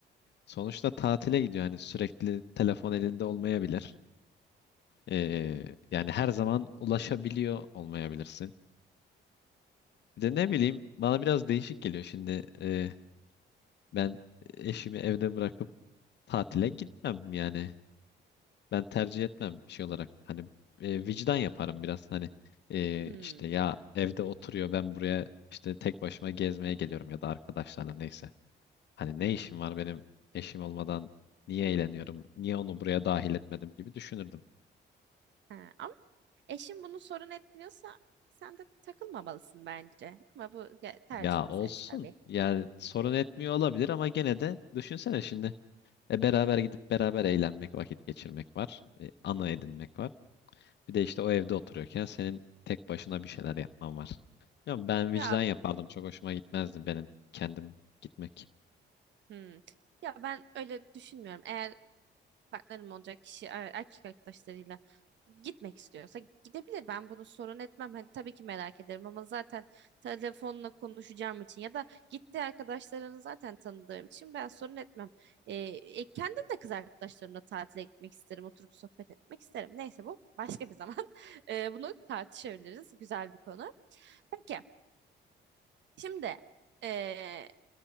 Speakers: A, on the left; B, on the right.
A: Sonuçta tatile gidiyor. Yani sürekli telefon elinde olmayabilir. Ee, yani her zaman ulaşabiliyor olmayabilirsin. Bir de ne bileyim bana biraz değişik geliyor şimdi. Ee, ben eşimi evde bırakıp tatile gitmem yani. Ben tercih etmem şey olarak. Hani e, vicdan yaparım biraz. Hani e,
B: Hmm.
A: işte ya evde oturuyor ben buraya işte tek başıma gezmeye geliyorum ya da arkadaşlarla neyse. Hani ne işim var benim eşim olmadan niye eğleniyorum? Niye onu buraya dahil etmedim gibi düşünürdüm.
B: Ha, ama eşin bunu sorun etmiyorsa sen de takılmamalısın bence. Ama bu ge- tercih
A: Ya
B: meselesi
A: olsun.
B: tabii.
A: Yani sorun etmiyor olabilir ama gene de düşünsene şimdi. E beraber gidip beraber eğlenmek, vakit geçirmek var. E, ana edinmek var. Bir de işte o evde oturuyorken senin tek başına bir şeyler yapman var. Ya ben vicdan
B: Ya
A: yapardım. Çok hoşuma gitmezdi benim kendim gitmek.
B: hmm. Ya ben öyle düşünmüyorum. Eğer partnerim olacak kişi e, erkek arkadaşlarıyla gitmek istiyorsa gidebilir. Ben bunu sorun etmem. Hani tabii ki merak ederim ama zaten telefonla konuşacağım için ya da gitti arkadaşlarını zaten tanıdığım için ben sorun etmem. E, e, kendim de kız arkadaşlarımla tatile gitmek isterim. Oturup sohbet etmek isterim. Neyse bu başka bir zaman. <laughs> E, bunu tartışabiliriz. Güzel bir konu. Peki. Şimdi eee,